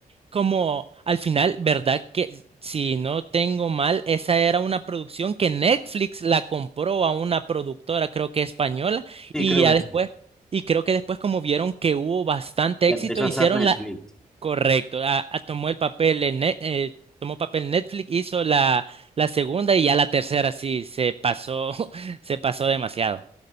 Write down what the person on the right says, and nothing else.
como al final, ¿verdad? Que si no tengo mal, esa era una producción que Netflix la compró a una productora, creo que española,
y
ya
después,
y creo que después como vieron que hubo bastante
éxito,
hicieron
la, correcto, a- a- tomó el papel en Ne- eh, tomó papel Netflix, hizo la, la segunda y ya la tercera sí se pasó, <laughs> se pasó demasiado.